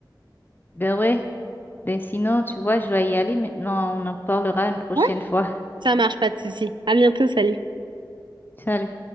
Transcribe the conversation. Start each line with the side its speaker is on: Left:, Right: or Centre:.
Left: Ben ouais, ben sinon, tu vois, je dois y aller maintenant. On en parlera une prochaine
Right: Ouais.
Left: fois.
Right: Ça marche, pas de souci. À bientôt, salut.
Left: Salut.